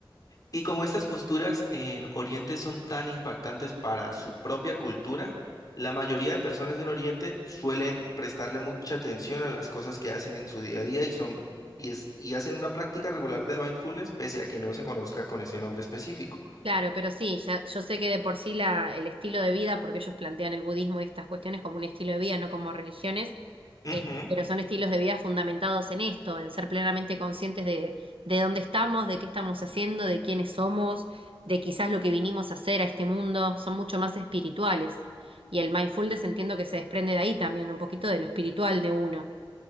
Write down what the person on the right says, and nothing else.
Claro, pero sí, ya, yo sé que de por sí la, el estilo de vida, porque ellos plantean el budismo y estas cuestiones como un estilo de vida, no como religiones,
eh, pero son estilos de vida fundamentados en esto, en ser plenamente conscientes de, de dónde estamos, de qué estamos haciendo, de quiénes somos, de quizás lo que vinimos a hacer a este mundo, son mucho más espirituales. Y el mindfulness entiendo que se desprende de ahí también, un poquito de lo espiritual de uno.